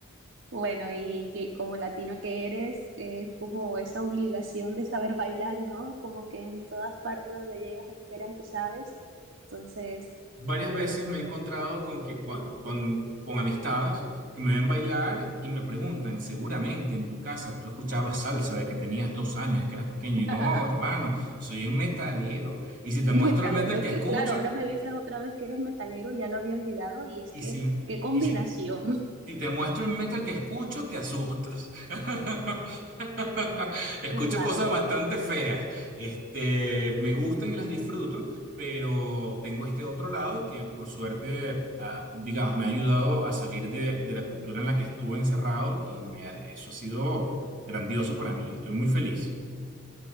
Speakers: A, on the right; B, on the right.
A: Bueno, y que como latino que eres, es como esa obligación de saber bailar, ¿no? Como que en todas partes donde llegas esperan que sabes. Entonces,
B: Varias
A: eh,
B: veces me he encontrado con que cua- con, con amistades que me ven bailar y me preguntan, seguramente en tu casa tú escuchabas salsa de que tenías dos años, de que eras pequeño,
A: <laughs>
B: y no, hermano, soy un metalero. Y si te
A: metalero,
B: muestro el metal
A: es
B: que
A: que
B: escucho,
A: claro, ahora me dices otra vez que eres metalero, ya lo había olvidado y es
B: y
A: que,
B: si,
A: qué combinación.
B: y si, si te muestro el metal que escucho, te asustas. <laughs> <laughs> Escucho
A: Vale.
B: cosas bastante feas. Este, me gustan y las disfruto, pero tengo este otro lado que por suerte, ah, digamos, me ha ayudado a salir de, de la cultura en la que estuve encerrado y me- eso ha sido grandioso para mí. Estoy muy feliz.